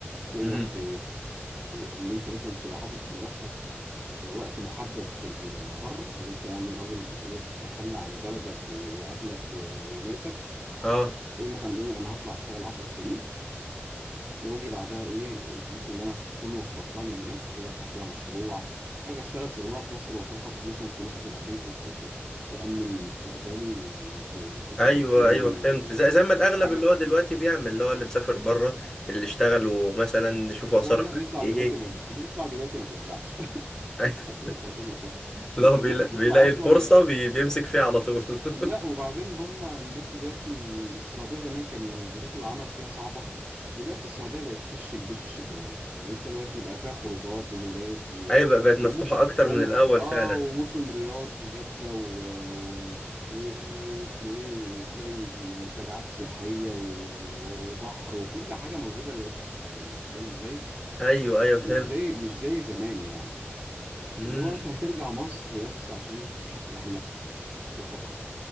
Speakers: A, on the right; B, on the left.
A: تقدر
B: امم
A: ت... ان انت مثلا تبقى حاطط لنفسك وقت محدد في ال- بره لو انت يعني راجل مش قادر تتخلى عن بلدك و- واهلك و- وناسك
B: اه
A: تقول مثلا ايه انا هطلع اشتغل 10 سنين واجي بعدها ايه الفلوس اللي انا اكون وفرتها من هناك اجي افتح بيها مشروع اجي اشتغل شغلانه في مصر واكون حاطط مثلا فلوسي في البنك ت- ت- تامن مستقبلي وت- وتبقى
B: ايوه
A: مدياني
B: ايوه فهمت زي زي ما الاغلب
A: حاجه
B: اللي هو دلوقتي بيعمل اللي هو اللي مسافر بره اللي اشتغلوا مثلا يشوفوا صرف
A: والله
B: قد
A: بيطلع
B: ايه
A: دلوقتي ما... اللي بيطلع دلوقتي ما بيرجعش <laughs>
B: <laughs>
A: عشان افهمك يعني
B: لا
A: الناس
B: هو بيلا-
A: بتطلع
B: بيلاقي
A: اصلا
B: الفرصه بي- بيمسك فيها على طول <laughs>
A: لا وبعدين هم الناس دلوقتي السعودية زمان كان ظروف العمل فيها صعبة دلوقتي السعودية بقت هشك بش كمان يعني انت دلوقتي بقى فيها خروجات ومولات و...
B: ايوه بقى بقت مفتوحه
A: وموس
B: اكتر
A: و...
B: من الاول
A: اه
B: فعلا
A: وموسم رياض وجدة و... و... و... واسمه ايه وتلاقي منتجعات سياحية و... و... وبحر وكل حاجة موجودة دلوقتي في السعودية انت فاهم ازاي؟
B: ايوه ايوه
A: مش
B: فهمت
A: زي مش زي زمان يعني
B: امم
A: اللي هو انت هترجع مصر بس عشان تشوف اهلك وفقط